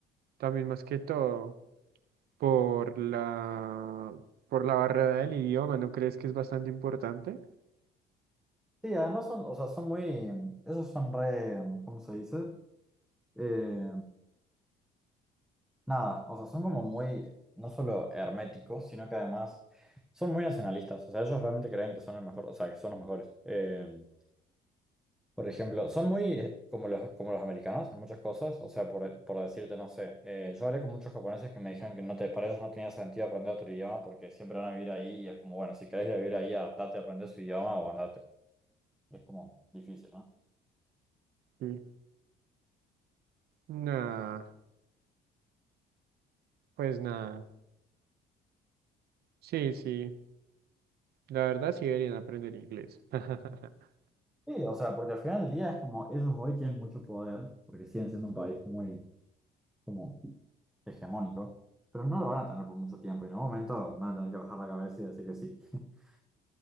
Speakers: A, on the right; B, in the centre.
A: también más que todo, por la, por la barrera del idioma, ¿no crees que es bastante importante?
B: Sí, además son, o sea, son muy, esos son re, ¿cómo se dice? Eh, nada, o sea, son como muy, no solo herméticos, sino que además son muy nacionalistas. O sea, ellos realmente creen que son el mejor, o sea, que son los mejores. Eh, por ejemplo, son muy eh, como los, como los americanos en muchas cosas. O sea, por, por decirte, no sé, eh, yo hablé con muchos japoneses que me dijeron que no te, para ellos no tenía sentido aprender otro idioma porque siempre van a vivir ahí y es como, bueno, si querés ir a vivir ahí, adaptate, aprende su idioma o andate. Es como difícil, ¿no?
A: Sí. Nah, pues nada. Sí, sí, la verdad sí deberían aprender inglés. <laughs>
B: Sí, o sea, porque al final del día es como ellos hoy tienen mucho poder, porque siguen siendo un país muy como hegemónico, pero no lo van a tener por mucho tiempo y en algún momento van a tener que bajar la cabeza y decir que sí. <laughs>